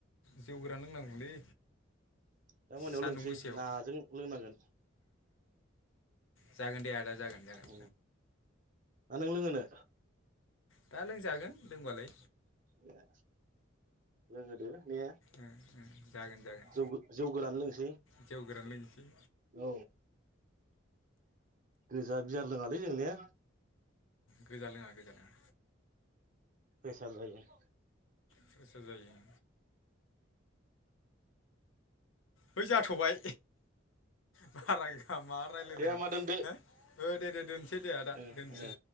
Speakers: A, on the left; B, on the right.
A: जौ गोरान लोंनांगौलै
B: दा मोनायाव
A: सान्दुं
B: लोंसै
A: गोसायाव
B: नाजों लोंनांगोन
A: जागोन दे आदा जागोन जागोन।
B: उम ना नों लोंहोनो?
A: दा लोंजागोन लोंबालाय
B: ए लोंहोदों। ने
A: ओं ओं जागोन जागोन
B: जौ जौ। गोरान लोंसै।
A: जौ गोरान लोंसै।
B: औ गोजा बियार लोङालै जों ने।
A: गोजा लोङा गोजा लोङा।
B: फ्रेसार जायो।
A: फ्रेसार जायो औ। हैइ जाथ'बाय बारा गैया मा राय्लायनाङा
B: दे होमबा दोनदो
A: हो दे दे दोनसै दे आदा
B: ओ
A: दोनसै।
B: ओ